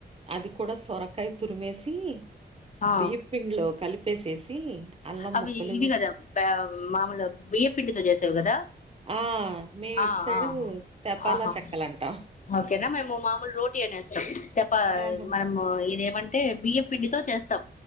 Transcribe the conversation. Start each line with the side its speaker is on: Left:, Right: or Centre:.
Right: అది కూడా సొరకాయ తురుమేసి
Left: ఆ
Right: బియ్య పిండిలో కలిపి పెసేసి ఈ అల్లం
Left: అవి
Right: ముక్కలు
Left: ఇవి కదా బ మామూలుగా బియ్య పండితో చేసేవి కదా
Right: ఆ మేము
Left: ఆ
Right: ఇటు సైడు
Left: ఆ
Right: తెపాలా
Left: ఆహా
Right: చెక్కలంటాం
Left: ఓకేనా మేము మామూలు రోటీ అనేస్తాం చెప్ప
Right: ఆహా
Left: మనము ఇదేం అంట అంటే బియ్య పిండితో చేస్తాం